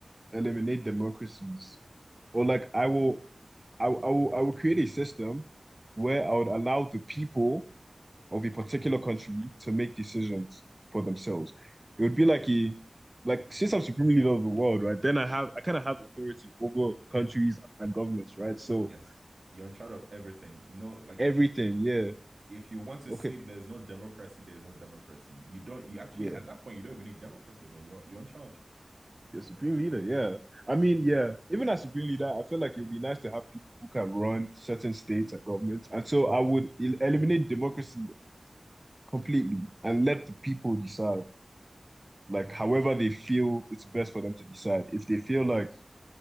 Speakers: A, on the right; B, on the right.
A: eliminate democracies, or like I will I, I will I will create a system where I would allow the people of a particular country to make decisions for themselves. It would be like a like since I'm supreme leader of the world, right? Then I have I kind of have authority over countries and governments, right? So
B: Yes. You're in charge of everything. No, like
A: Everything, yeah.
B: if you want to
A: Okay,
B: say there's no democracy, there's no democracy. You don't you actually
A: yeah.
B: at that point you don't even need democracy again. You're you're in charge.
A: Your supreme leader, yeah. I mean, yeah. Even as supreme leader, I feel like it would be nice to have people who can run certain states and governments. And so I would el- eliminate democracy completely and let the people decide, like however they feel it's best for them to decide. If they feel like